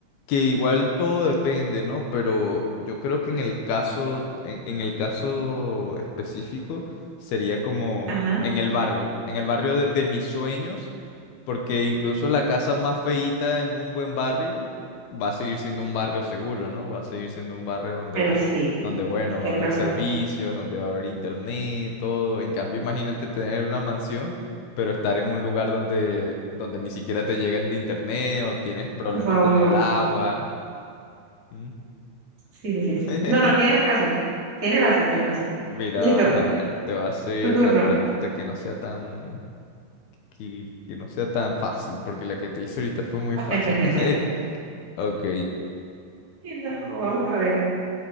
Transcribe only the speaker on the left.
que igual todo depende, ¿no? Pero yo creo que en el caso, en, en el caso específico, sería como
en el barrio, en el barrio de, de mis sueños, porque incluso la casa más feíta en un buen barrio va a seguir siendo un barrio seguro, ¿no? Va a seguir siendo un barrio donde,
donde bueno,
va a haber
servicios, donde va a haber internet, todo. En cambio, imagínate tener una mansión pero estar en un lugar donde, donde ni siquiera te llega el internet o tienes problemas
con el agua. ¿Mm?
<laughs>
Mira,
vamos a ver, te voy a hacer
una pregunta que no sea tan, que, que no sea tan fácil, porque la que te hice ahorita fue muy
fácil. <laughs> Ok,